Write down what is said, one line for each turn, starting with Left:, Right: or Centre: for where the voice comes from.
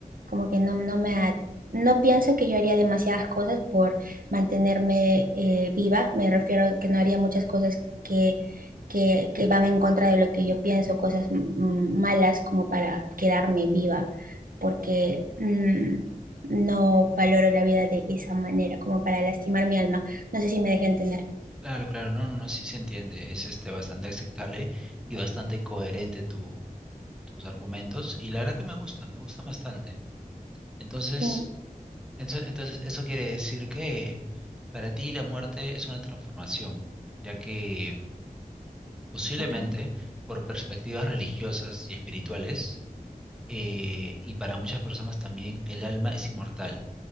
Right: como que no, no me ha- no pienso que yo haría demasiadas cosas por mantenerme eh, viva. Me refiero a que no haría muchas cosas que, que, que van en contra de lo que yo pienso, cosas mm, malas como para quedarme viva, porque mm, no valoro la vida de esa manera, como para lastimar mi alma. No sé si me dejé entender.
Centre: Claro, claro, no, no, no, sí se entiende. Es este, bastante aceptable y bastante coherente tu, tus argumentos. Y la verdad que me gusta, me gusta bastante. Entonces,
Right: Mm,
Centre: entonces, entonces, eso quiere decir que para ti la muerte es una transformación, ya que Posiblemente
Right: ya está.
Centre: por perspectivas religiosas y espirituales, eh, y para muchas personas también el alma es inmortal